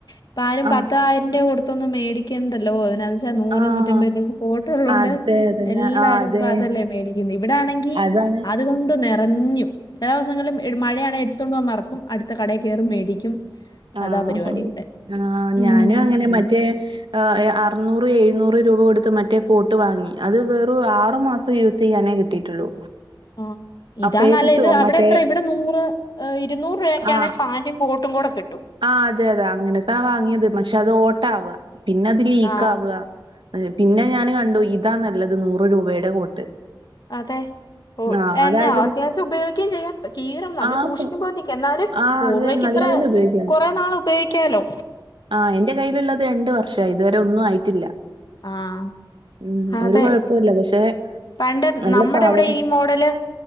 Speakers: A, on the left (about 60°); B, on the right (about 85°).
A: ഇപ്പ ആരും
B: ആഹ്
A: പത്തായിരം രൂപ കൊടുത്തൊന്നും മേടിക്കണ്ടല്ലോ അ പക്ഷ നൂറ്
B: ആഹ്
A: നൂറ്റമ്പതിനൊന്ന് കോട്ട് ഉള്ളതോണ്ട്
B: അതെ അതെ
A: എല്ലാരും
B: ആഹ് അതെ
A: ഇപ്പൊ അതല്ലേ മേടിക്കുന്ന് താണെങ്കി ആഹ്
B: അതാണ്
A: അതുകൊണ്ട് നിറഞ്ഞു ചില ദിവസങ്ങളും മഴയാണങ്ക എടുത്തൊണ്ട് പോവാൻ മറക്കും അടുത്ത കടയിൽ കയറി മേടിക്കും
B: ആഹ്
A: അതാ പരിപാടി ഇവിടെ
B: ആഹ്
A: ഉം
B: ഞാനു അങ്ങനെ മറ്റേ അറുന്നൂറ് എഴുന്നൂറ് രൂപ കൊടുത്ത് മറ്റേ കോട്ട് വാങ്ങി അത് വെറു ആറ് മാസം യൂസ് ചെയ്യാനേ കിട്ടിയിട്ടുള്ളൂ
A: <inaudible> ആഹ് ഇതാ
B: അപ്പഴേക്ക്
A: നല്ല
B: ചോ
A: ഇത് അവിടെ
B: മറ്റേ
A: എത്ര ഇവിടെ നൂറ് ഇരുന്നൂറ് രൂപൊക്കെയാണ്
B: ആഹ്
A: പാന്റും കോട്ടും ഒട്ടും കൂട കിട്ടും
B: ആഹ് അതെ അതെ അങ്ങനെത്താ വാങ്ങിയത് പക്ഷെ അത് ഓട്ട ആവാ പിന്നെ അത് ലീക്ക്
A: ആ
B: ആവാ പിന്നെ ഞാൻ കണ്ടു ഇതാ നല്ലത് നൂറ് രൂപയുടെ കോട്ട്
A: അതെ ഓ
B: ആഹ്
A: എന്നാ
B: അതായാലും
A: അത്യാവശ്യം ഉപയോഗിക്കുകയും ചെയ്യും കീറം നമ്മള്
B: ആഹ്
A: സൂക്ഷിക്കുമ്പോ നക്കും എന്നാലും
B: ആഹ്
A: നൂറ്
B: അത്
A: രൂപക്ക്
B: നല്ല
A: ത്ര
B: പോലെ ഉപയോഗിക്കാം
A: കുറേ നാൾ ഉപയോഗിക്കാലോ
B: ആഹ് എന്റെ കയ്യിലുള്ളത് രണ്ട് വർഷായി ഇതുവരെ ഒന്നും ആയിട്ടില്ല
A: ആഹ്
B: ഉം
A: അതെ
B: ഒരു കൊഴപ്പൂല്ല പക്ഷെ
A: പണ്ട്
B: നല്ല
A: നമ്മടെ
B: സാധനം
A: ഇവിടെ ഈ മോഡല്